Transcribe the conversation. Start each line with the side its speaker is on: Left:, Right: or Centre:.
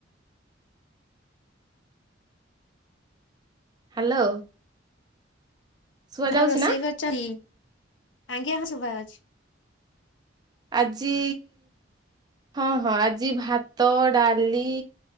Right: ହ୍ୟାଲୋ। ଶୁଭା
Left: କଣ
Right: ଯାଉଛି
Left: ରୋଷେଇ
Right: ନା
Left: କରିଛ କି? ଆଜ୍ଞା ହ ଶୁବାଯାଉଛି।
Right: ଆଜି ହଁ ହଁ ଆଜି ଭାତ ଡାଲି